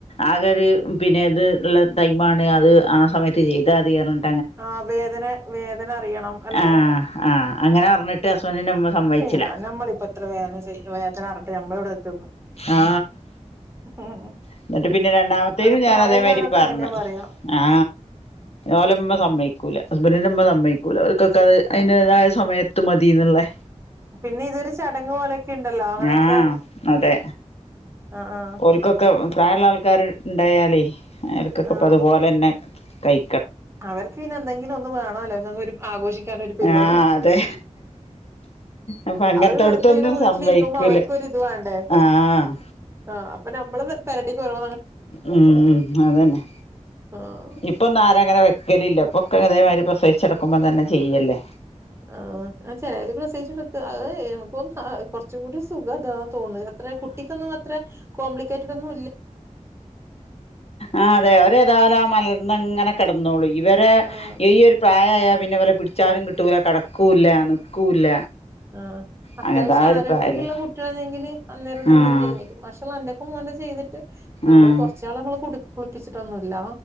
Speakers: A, on the left (about 55°); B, on the right (about 20°).
A: ആകെ ഒരു പിന്നെ ഇത് ഇള്ള ടൈമാണ് അത് ആ സമയത്ത് ചെയ്താതി പറഞ്ഞി
B: ആ വേദന വേദന അറിയണം അല്ലെ
A: ആ ആ അങ്ങനെ
B: ആ
A: പറഞ്ഞിട്ട് ഹസ്ബൻഡിന്റെ അമ്മ സമ്മതിച്ചില്ല
B: പിന്നെ നമ്മളിപ്പ ഇത്ര വേദന സഹി വേദന അറിഞ്ഞിട്ട് നമ്മളിവിടെ നിക്കുന്നു
A: ആ
B: ഉം
A: എന്നിട്ട് പിന്നെ രണ്ടാമത്തേനും
B: അത്
A: ഞാൻ
B: പ്രായമുള്ളവരൊക്കെ
A: അതേമായിരി പറഞ്ഞു
B: അങ്ങനെയാ പറയാ
A: ആ ഓല ഉമ്മ സമ്മയിക്കൂല ഹസ്ബന്റിന്റുമ്മ സമ്മയിക്കൂല അവർക്കൊക്കെ അത് അയിന്റേതായ സമയത്ത് മതീന്നൊള്ളെ
B: പിന്നെ ഇതൊരു ചടങ്ങ് പോലെയൊക്കെ ഇണ്ടല്ലോ അങ്ങനെയൊക്കെ
A: ആ അതെ
B: ആ ആ
A: ഓൽക്കൊക്ക പ്രായൊളള ആൾക്കാര് ഇണ്ടായാലേ അയിർക്കൊക്കെ
B: ആ
A: ഇപ്പൊ അതുപോലെ തന്നെ കയി
B: അവർക്ക് പിന്നെ എന്തെങ്കിലും ഒന്നും വേണല്ലോ ആഘോഷിക്കാനോ ഒരു പരിപാടിയൊക്കെ
A: ആഹ് അതെ അപ്പൊ അങ്ങനത്തോടത്തൊന്നും
B: അവര് വെറുതെ ഇങ്ങനെ വീട്ടിലിരിക്കുമ്പോ
A: സമ്മയിക്കൂല
B: അവർക്ക ഇതു വേ ണ്ടേ
A: ആഹ്
B: ആ അപ്പ ഞ മ്മള് പെരടിക് ഓരോ
A: ഉം അതെന്നെ
B: ആഹ്
A: ഇപ്പൊ ഒന്ന് ആരങ്ങനെ നി കലില്ല പൊക്കങ്ങനെ അതേമാതിരി പ്രസവിച്ഛട്ക്കുമ്പം തന്നെ ചെയ്യല്ലേ
B: ആ ചെലര് പ്രസവിച്ചട്ക ആ എനിക്ക് കൊറച്ച് കൂടി സുഖദാ തോന്ന അത്ര കുട്ടിക്കൊന്നും അത്ര കോംപ്ലിക്കേ ടൊന്നു
A: ആ അതെ ഒരേതാലും ആ മലർന്നിങ്ങനെ കിടന്നോളു ഇവരെ
B: ആഹ്
A: ഈ ഒരു പ്രായായ പിന്നെ വലെ പിടിച്ചാലും കിട്ടൂല കെടക്കുല്ല നിക്കൂല്ല
B: ആ അത്യാവശ്യം
A: അങ്ങനത്തെ ആ ഒരു
B: ആരോഗ്യൊക്കെ
A: പ്രായല്ലേ
B: ഉുള്ള കുട്ടികളാണെങ്കില് അന്നേരം തന്നൊക്ക
A: ആഹ്
B: ചെയ്തേക്കും മക്ഷേ അ എന്റെപ്രം മോൻ്റെ ചെയ്തിട്ട് നമ്മള്
A: ആഹ്
B: കൊറച്ചാൾ നമ്മള് കു കുളിപ്പിച്ച് ട്ടൊന്നുല്ല